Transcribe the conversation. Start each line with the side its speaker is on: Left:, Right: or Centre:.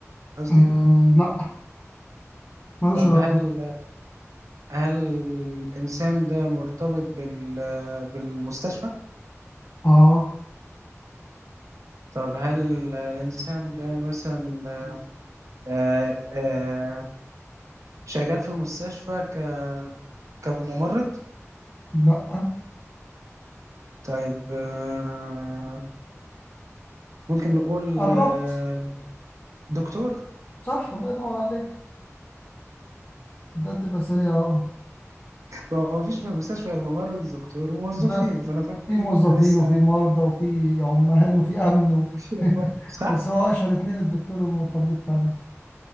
Right: قصدي
Left: آه لا ملوش
Right: طب
Left: علاقة
Right: هل هل الانسان ده مرتبط بال بالمستشفى
Left: اه
Right: طب هل ال- الإنسان ده مثلا آه، آه، شغال في المستشفى ك- كممرض؟
Left: لا
Right: طيب آه، ممكن نقول
Left: قربت
Right: آه، دكتور
Left: صح الله ينور عليك ده تبقى سريع اهو
Right: ما هو مفيش في المستشفى غير ممرض ودكتور وموظفين
Left: لا
Right: فأنا كنت
Left: في
Right: ل-
Left: موظفين
Right: لسه
Left: وفي مرضى وفي عمال وفي امن و...
Right: في
Left: <laughs>
Right: ممرض. صح؟
Left: بس هو اشهر اتنين الدكتور والتمريض فعلا